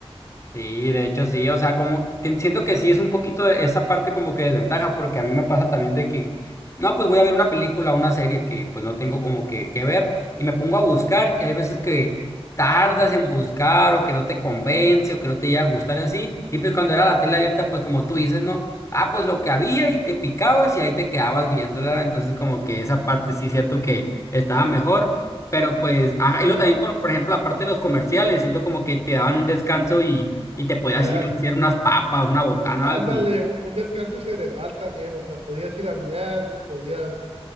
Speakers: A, on the left (about 30°); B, on the right (about 85°).
A: Sí, de hecho sí, o sea, como tien- siento que sí es un poquito de esa parte como que desventaja, porque a mí me pasa también de que, no, pues voy a ver una película o una serie que pues no tengo como que, que ver y me pongo a buscar y hay veces que tardas en buscar o que no te convence o que no te llega a gustar así y pues cuando era la tele abierta pues como tú dices, ¿no? Ah, pues lo que había y te picabas y ahí te quedabas viéndola, entonces como que esa parte sí es cierto que estaba mejor. Pero pues, ajá, y lo también con, por ejemplo, la parte de los comerciales, siento como que te daban un descanso y, y te podías
B: ah,
A: ir a hacer unas papas, una botana,
B: Ándale,
A: algo. y-
B: un, un descanso cerebral también, o sea, podías ir a miar, que podías,